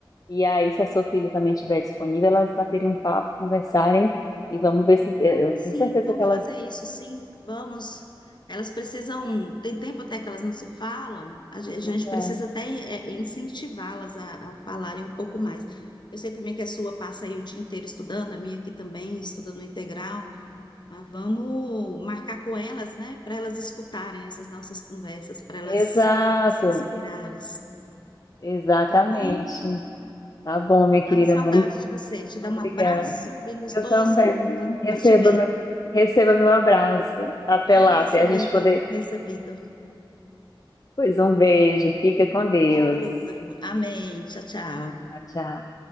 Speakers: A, on the left (about 45°); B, on the left (about 60°).
A: e aí se a sua filha também estiver disponível, elas baterem um papo, conversarem, e vamos ver se... Eu
B: Ah,
A: tenho
B: sim,
A: certeza
B: vamos
A: que elas...
B: fazer isso, sim, vamos. Elas precisam, tem tempo até que elas não se falam, a gen- a gente,
A: Pois é.
B: precisa até é, incentivá-las a, a falarem um pouco mais. Eu sei também que a sua passa aí o dia inteiro estudando, a minha aqui também, estuda no integral, mas vamos marcar com elas, né, para elas escutarem essas nossas conversas, para elas
A: Exato,
B: se inspirarem,
A: exatamente.
B: tá bom?
A: Tá bom, minha querida,
B: Ai, saudade
A: muito
B: de você, te dá
A: obrigada.
B: um abraço bem gostoso,
A: Eu também.
B: tô
A: Receba
B: para te ver.
A: meu, receba meu abraço. Até
B: Ai,
A: lá,
B: recebido,
A: até a gente poder.
B: recebido.
A: Pois um beijo. Fica com Deus.
B: Outro. Amém. Tchau, tchau.
A: Tchau, tchau.